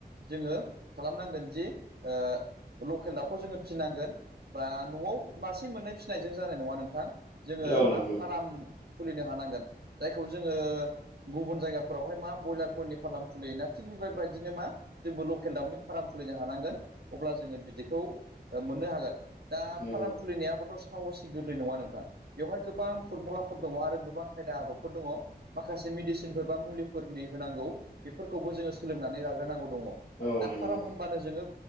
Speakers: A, on the right; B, on the left.
A: जोङो खालामनांगोन जि ओ लकेल दाउखौ जोङो फिनांगोन। बा न'आव मासे मोननै फिसिनायजों जानाय नङा नोंथां जोङो
B: औ नंगौ
A: मा फाराम खुलिनो हानांगोन जायखौ जोङो गुबुन जायगाफोराव हाय मा बयलारफोरनि फालाम खुलियोना थिग बेबायबायदिनो मा जोंबो लकेल दाउनि फाराम खुलिनो हानांगोन अब्ला जोङो बिदैखौ ओ मोननो हागोन। दा
B: नंगौ
A: फाराम खुलिनायाबोथ सावोसि गोरलै नङा नोंथां बेवहाय गोबां फरमुलाफोर दङ आरो गोबां खायदा आदबफोर दङ। माखासे मेडिसिनफोर बा मुलिफोरनि होनांगौ बेफोरखौबो जोङो सोलोंनानै लाग्रोनांगौ दङ।
B: औ
A: दा
B: नंगौ
A: फाराम होनबानो जोङो